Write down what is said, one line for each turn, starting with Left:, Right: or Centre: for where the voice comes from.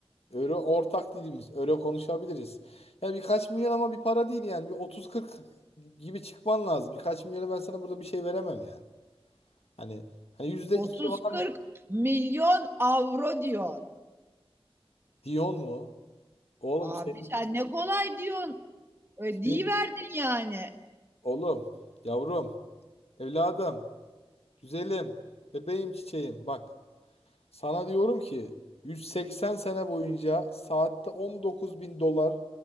Left: Euro ortak dilimiz. Euro konuşabiliriz. Yani birkaç milyon ama bir para değil yani. Bir otuz kırk gibi çıkman lazım. Birkaç milyona ben sana burada bir şey veremem yani. Hani Hani yüzde
Right: Otuz
Left: iki falan
Right: kırk milyon avro diyorsun.
Left: Dion mu? Oğlum
Right: Abi
Left: senin,
Right: sen ne kolay diyorsun. Ödeyi
Left: senin
Right: verdin yani.
Left: oğlum, yavrum, evladım, güzelim, bebeğim, çiçeğim. Bak sana diyorum ki 180 sene boyunca saatte 19 bin dolar